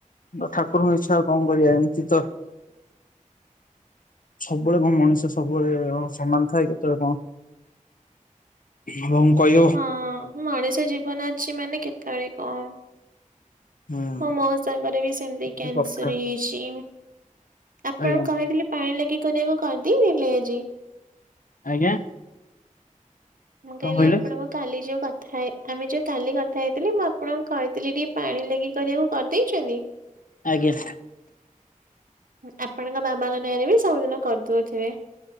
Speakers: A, on the left; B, on the right.
A: ଠାକୁରଙ୍କ ଇଚ୍ଛା ଆଉ କଣ କରିବା ଏମିତି ତ ସବୁବେଳେ କଣ ମଣିଷ ସବୁବେଳେ ସମାନ ଥାଏ କେତେବେଳେ କଣ ହଁ ମୁଁ କହି
B: ହଁ ମଣିଷ ଜୀବନ ଅଛି ମାନେ କେତେବେଳେ କଣ
A: ହୁଁ।
B: ମୋ ମୋଉଶା ଙ୍କର ବି ସେମିତି
A: ଯୋଉ
B: କ୍ୟାନସର
A: କଥା
B: ହେଇଛି ଆପଣ
A: ଆଜ୍ଞା
B: କହିଥିଲି ପାଣି ଲାଗି କରିବାକୁ କରିଦେଇ ନେଲେ ଆଜି?
A: ଆଜ୍ଞା।
B: ମୁଁ କହିଲି
A: କଣ କହିଲେ?
B: ଆପଣଙ୍କ କାଲି ଯଉ କଥା ହେ ଆମେ ଯୋଉଁ କାଲି କଥା ହେଇଥିଲି ମୁଁ ଆପଣଙ୍କୁ କହିଥିଲି ଟିକେ ପାଣି ଲାଗି କରିବାକୁ କରିଦେଇଛନ୍ତି?
A: ଆଜ୍ଞା।
B: ଆପଣଙ୍କ ବାବାଙ୍କ ନାଁରେ ବି ସବୁଦିନ କରିଦଉଥିବେ।